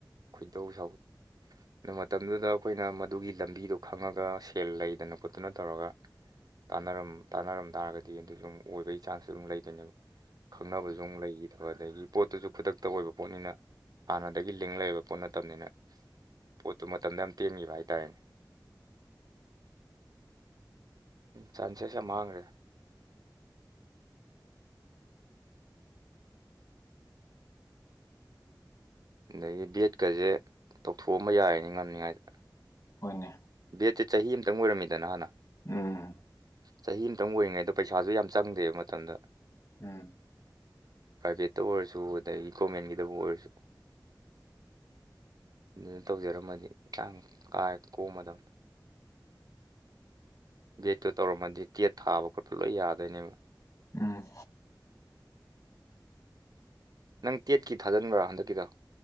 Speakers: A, on the right (about 55°); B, on the left (about 45°).
A: ꯈꯣꯏꯗꯧ ꯁꯥꯎꯕ ꯑꯗꯨ ꯃꯇꯝꯗꯨꯗ ꯑꯩꯈꯣꯏꯅ ꯃꯗꯨꯒꯤ ꯂꯝꯕꯤꯗꯣ ꯈꯪꯉꯒ ꯁꯦꯜ ꯂꯩꯗꯅ ꯈꯣꯠꯇꯅ ꯇꯧꯔꯒ ꯇꯥꯟꯅꯔꯝ ꯇꯥꯟꯅꯔꯝ ꯇꯥꯔꯒꯗꯤ ꯑꯗꯨꯁꯨ ꯑꯃꯨꯛ ꯑꯣꯏꯕꯒꯤ ꯆꯥꯟꯁꯁꯨ ꯑꯗꯨꯝ ꯂꯩꯗꯣꯏꯅꯦꯕ ꯈꯪꯅꯕꯁꯨ ꯁꯨꯃꯨꯡ ꯂꯩꯒꯤꯗ ꯄꯣꯠꯇꯨꯁꯨ ꯈꯨꯗꯛꯇ ꯑꯣꯏꯕ ꯄꯣꯠꯅꯤꯅ ꯍꯥꯟꯅꯗꯒꯤ ꯂꯤꯡ ꯂꯩꯕ ꯄꯣꯠ ꯅꯠꯇꯝꯅꯤꯅ ꯄꯣꯠꯇꯨ ꯃꯇꯝꯗ ꯌꯥꯝ ꯇꯦꯟꯒꯤꯕ ꯍꯥꯏꯇꯥꯔꯦꯅꯦ ꯆꯥꯟꯁꯦꯁ ꯌꯥꯝ ꯃꯥꯡꯒꯔꯦ ꯑꯗꯒꯤ ꯕꯦꯠꯀꯁꯦ ꯇꯧꯊꯣꯛꯑꯝꯕ ꯌꯥꯔꯤꯅꯦ ꯉꯟꯂꯤꯉꯥꯏꯗ
B: ꯍꯣꯏꯅꯦ
A: ꯕꯦꯠꯁꯦ ꯆꯍꯤ ꯑꯃꯇꯪ ꯑꯣꯏꯔꯝꯃꯤꯗꯅ ꯍꯥꯟꯅ
B: ꯎꯝ
A: ꯆꯍꯤ ꯑꯃꯇꯪ ꯑꯣꯏꯔꯤꯉꯩꯗ ꯄꯩꯁꯥꯁꯨ ꯌꯥꯝ ꯆꯪꯗꯦꯕ ꯃꯇꯝꯗꯨꯗ
B: ꯎꯝ
A: ꯄ꯭ꯔꯥꯏꯚꯦꯠꯇ ꯑꯣꯏꯔꯁꯨ ꯑꯗꯒꯤ ꯒꯣꯃꯦꯟꯒꯤꯗꯕꯨ ꯑꯣꯏꯔꯁꯨ ꯑꯗꯨꯗ ꯇꯧꯖꯔꯝꯃꯗꯤ <unintelligible> ꯀꯣꯝꯃꯗꯝ ꯕꯦꯠꯇꯨ ꯇꯧꯔꯝꯃꯗꯤ ꯇꯦꯠ ꯊꯥꯕ ꯈꯣꯠꯄ ꯂꯣꯏ ꯌꯥꯗꯣꯏꯅꯦꯕ
B: ꯎꯝ
A: ꯅꯪ ꯇꯦꯠꯀꯤ ꯊꯥꯖꯤꯟꯕ꯭ꯔꯥ ꯍꯟꯗꯛꯀꯤꯗꯣ